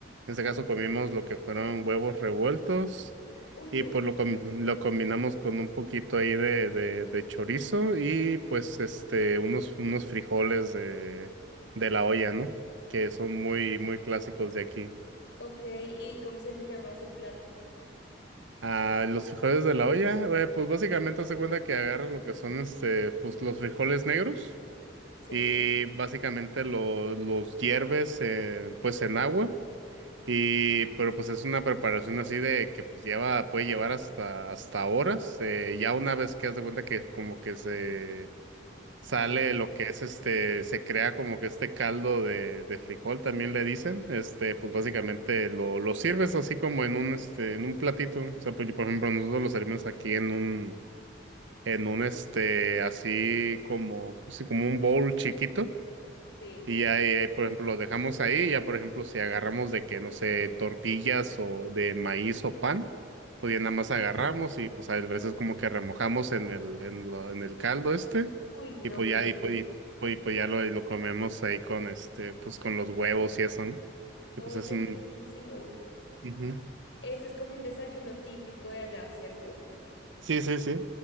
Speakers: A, on the right; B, on the left.
A: en este caso comimos lo que fueron huevos revueltos
B: Uy,
A: y
B: qué rico.
A: pues lo, com- lo combinamos con un poquito ahí de, de, de chorizo y pues, este, unos, unos frijoles de, de la olla, ¿no? Que son muy, muy clásicos de aquí.
B: Ok, ¿y cómo se le llama ese plato?
A: Ah, los frijoles de la olla, eh, pues básicamente hace cuenta que agarras lo que son este, pues los frijoles negros
B: Sí.
A: y básicamente lo- los hierves eh, pues en agua y pero pues es una preparación así de que pues lleva, puede llevar hasta, hasta horas, eh, ya una vez que haz de cuenta que como que se sale
B: Pues-
A: lo que es este, se crea como que este caldo de, de frijol, también le dicen, este, pues básicamente lo, lo sirves así como en un, este, en un platito, o sea, pues, por ejemplo, nosotros lo servimos aquí en un, en un, este, así como, así como un bowl chiquito,
B: Sí.
A: y ahí, ahí, por ejemplo, lo dejamos ahí. Ya, por ejemplo, si agarramos de que, no sé, tortillas o de maíz o pan, pues ya nada más agarramos y pues a veces como que remojamos en el, en lo- en el caldo este.
B: Uy, no,
A: Y pues
B: qué
A: ya, y pues,
B: rico.
A: y, pues, y pues ya lo, y lo comemos ahí con este, pues con los huevos y eso, ¿no?
B: Oye,
A: Y pues es un...
B: buenísimo.
A: ujú.
B: Este es como un desayuno típico de allá, ¿cierto?
A: Sí, sí, sí.